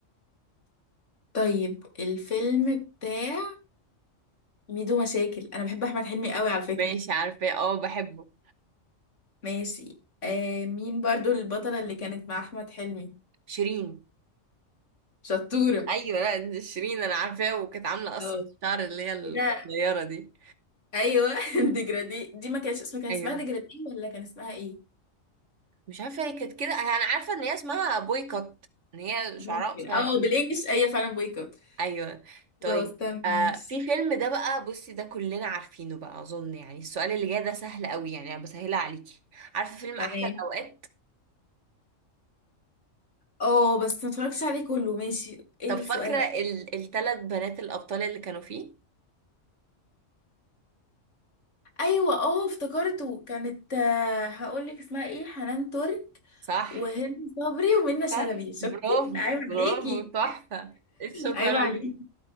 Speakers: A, on the left; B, on the right.
A: طيب الفيلم بتاع ميدو مشاكل انا بحب احمد حلمي قوي على فكرة
B: ماشي عارفاه اه بحبه
A: ماشي آه مين برضو البطلة اللي كانت مع أحمد حلمي
B: شيرين
A: شطورة
B: ايوه لا دي شيرين انا عارفاه وكانت عامله قصه
A: خلاص
B: الشعر اللي هي القصيره
A: كده
B: دي
A: أيوة <laughs> ديجرادي دي ما كانش اسمها كان
B: ايوه
A: اسمها ديجرادي ولا كان اسمها ايه
B: مش عارفه هي كانت كده انا عارفه ان هي اسمها بويكوت ان هي
A: ممكن
B: شعرها قصير
A: اه بالانجلش ايوه فعلا بويكوت
B: ايوه طيب
A: خلاص تمام
B: آه
A: ماشي
B: في فيلم ده بقى بصي ده كلنا عارفينه بقى اظن يعني السؤال اللي جاي ده سهل قوي يعني انا بسهلها عليكي عارفه فيلم
A: تمام
B: احلى الاوقات
A: اه بس ما اتفرجتش عليه كله ماشي ايه
B: طب فاكره
A: السؤال
B: ال... الثلاث بنات الابطال اللي كانوا فيه
A: ايوه اه افتكرته كانت آه هقول لك اسمها ايه حنان ترك
B: صح
A: وهند صبري ومنى شلبي
B: صح
A: شفتي
B: برافو
A: لا عيب
B: برافو
A: عليكي
B: تحفه إيه الشطاره
A: عيب عليكي
B: دي